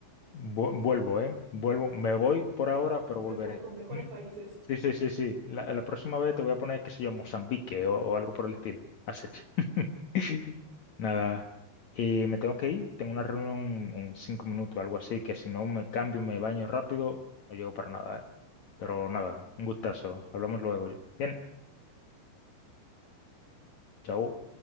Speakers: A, on the left (about 75°); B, on the right (about 50°).
A: vu- vuelvo, ¿eh? Vuelvo, me voy
B: Ya,
A: por
B: bueno,
A: ahora, pero
B: Bueno,
A: volveré.
B: con, con mejores países.
A: Sí, sí, sí, sí. La, la próxima vez te voy a poner, qué sé yo, Mozambique o, o algo por el estilo. Acecha. <laughs> Nada. Y me tengo que ir. Tengo una reunión en cinco minutos, algo así, que si no me cambio, me baño rápido, no llego para nada, ¿eh? Pero nada, un gustazo. Hablamos luego. Bien, chao.